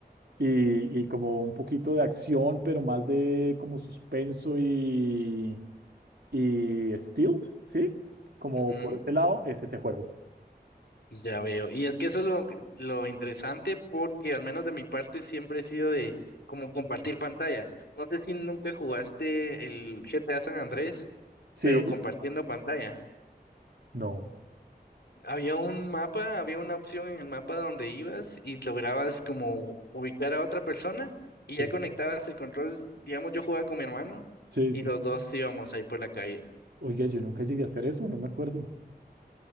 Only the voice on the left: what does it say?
Ujú,
Ya veo. Y es que eso es lo, que- lo interesante porque al menos de mi parte siempre he sido de como compartir pantalla. No sé si nunca jugaste el GTA San Andrés,
pero compartiendo pantalla.
Había un mapa, había una opción en el mapa donde ibas y lograbas como ubicar a otra persona y
ya conectabas el control. Digamos, yo jugaba con mi hermano
y
los
dos íbamos ahí por la calle.